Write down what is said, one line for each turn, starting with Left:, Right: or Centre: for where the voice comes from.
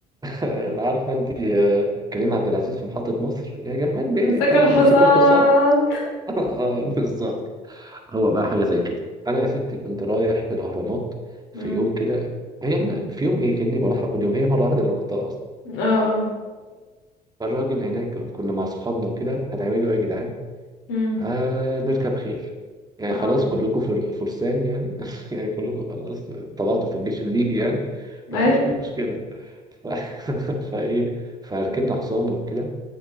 Right: انا عارفه انت آه، كريم عبد العزيز في محطه مصر يا جماعه بيه
Left: امسك
Right: حد
Left: الحصان
Right: يمسكوا الحصان <laughs> آه، بالظبط هو بقى حاجة زي كده أنا يا ستي كنت رايح الأهرامات في
Left: مم.
Right: يوم كده هي ال- في يوم إيه كأني بروحها كل يوم هي مرة واحدة اللي روحتها أصلا
Left: اه اه
Right: فالراجل هناك كنا مع أصحابنا وكده هتعملوا إيه يا جدعان؟
Left: مم.
Right: آه نركب خيل يعني
Left: اه
Right: خلاص كلكم فر- فرسان يعني <laughs> يعني كلكم خلاص طلعتوا في الجيش الليبي يعني مفيش
Left: اي
Right: مشكلة ف... <laughs> فإيه فركبنا حصان وكده